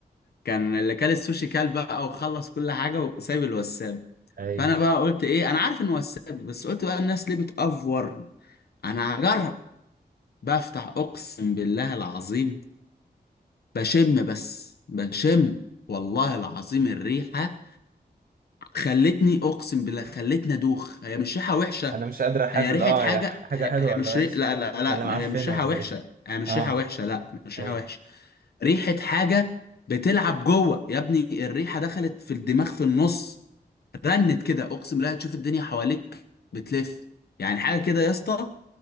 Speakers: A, on the left; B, on the right.
A: كان اللي كل السوشي كال بقى وخلص كل حاجة وسايب الوسابي
B: ايوه
A: فانا بقى قلت ايه انا عارف انه وسابي بس قلت بقى الناس ليه بتأفور انا هجرب بفتح اقسم بالله العظيم بشم بس بشم والله العظيم الريحة خلتني اقسم بالله خلتني ادوخ هي مش ريحة وحشة
B: انا مش قادر احدد
A: هي ريحة
B: اه
A: حاجة
B: يا <laughs> حاجة
A: هي,
B: حلوة
A: هي
B: ولا
A: مش ري...
B: وحشة
A: لا لا لا
B: ولا معفنة
A: هي مش ريحة
B: ولا
A: وحشة
B: ايه
A: هي مش
B: اه
A: ريحة وحشة لا مش
B: ايوه
A: ريحة وحشة ريحة حاجة بتلعب جوه يا ابني الريحة دخلت في الدماغ في النص رنت كده اقسم بالله تشوف الدنيا حواليك بتلف يعني حاجة كده يا اسطى